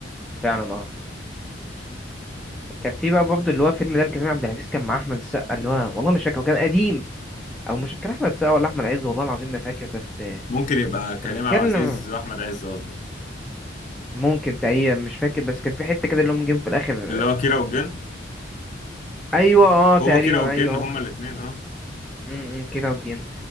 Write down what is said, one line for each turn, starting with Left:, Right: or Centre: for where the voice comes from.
Centre: فعلا اه كان في بقى برضه اللي هو الفيلم ده اللي كريم عبد العزيز كان مع أحمد السقا اللي هو والله مش فاكر هو كان قديم أو مش فاكر أحمد السقا ولا أحمد عز والله العظيم ما فاكر بس آه،
Left: ممكن يبقى كريم
Centre: كان بيتكلم
Left: عبد العزيز واحمد عز قصدك
Centre: ممكن تقريبا مش فاكر بس كان في حته كده اللي هم جيم في الاخر
Left: اللي هو كيرة والجن
Centre: ايوه اه تقريبا
Left: هو كيرة والجن
Centre: ايوه هو
Left: هما الاثنين اه
Centre: امم إمم، كده وجين